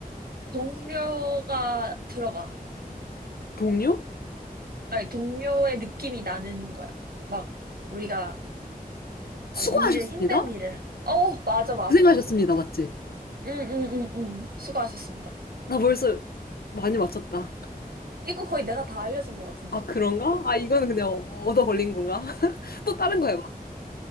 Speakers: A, on the right; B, on the left.
A: 동료가 들어가.
B: 동료?
A: 아니, 동료의 느낌이 나는 거야. 막, 우리가,
B: 수고하셨습니다.
A: 막, 이 일을, 힘든 일을. 어, 맞아, 맞아,
B: 고생하셨습니다.
A: 맞아, 맞아.
B: 맞지?
A: 응, 응, 응, 응. 수고하셨습니다.
B: 나 벌써 많이 맞췄다.
A: 이거 거의 내가 다 알려준 것 같은데.
B: 아, 그런가? 아, 이거는 그냥 얻어 걸린 건가? <laughs> 또 다른 거 해봐.